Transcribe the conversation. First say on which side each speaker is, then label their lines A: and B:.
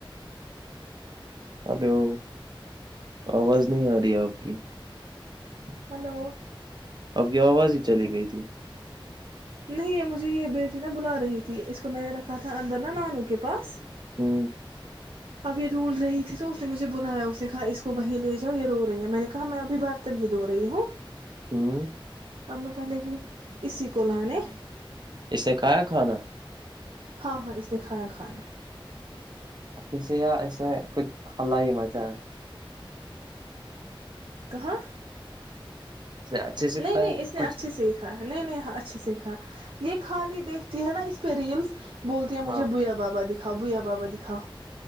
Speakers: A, on the right; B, on the right.
A: ہلو آواز نہیں آ رہی آپ کی
B: ہلو
A: اب کی آواز ہی چلی گئی تھی
B: نہیں مجھے یہ بیٹی نہا بلا رہی تھی اس کو میں نے رکھا تھا اندر نہا نانو کے پاس
A: ہوں
B: اب یہ ڈھونڈ رہی تھی تو اس نے مجھے بلایا اس نے کہا اس کو وہی لے جاؤ یہ رو رہی ہے میں نے کہا میں ابھی برتن ہی دو رہی ہوں
A: ہوں
B: ا میں پہلے گ اسی کولا نے
A: اس نے کھایا کھانا
B: ہاں ہاں اس نے کھایا کھانا
A: اچھھی سے یا اس نے کچھ ہلہ ہی مچا ہے
B: کہاںاں
A: نے اچھے سے
B: نہیں
A: کھایا
B: نہیں
A: کہ
B: اس نے
A: کچھ
B: اچھے سیکھا نہیں نہیں ہاں اچھے سیکھا یہ خالی دیکھتی ہے نا اس ف ریلس بولتی ہیں مجےھویا
A: ہاں
B: بابا دیک کھوی آ بابا دکھاؤ